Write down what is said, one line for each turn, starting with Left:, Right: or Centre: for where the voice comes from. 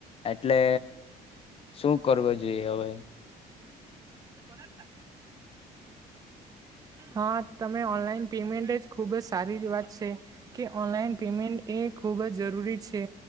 Left: એટલે શું કરવો જોઈએ હવે.
Right: એ તો કોના લાગે. હા. તમે ઓનલાઈન પેમેન્ટ જ ખૂબ જ સારી જ વાત છે કે ઓનલાઈન પેમેન્ટ એ ખુબ જ જરૂરી છે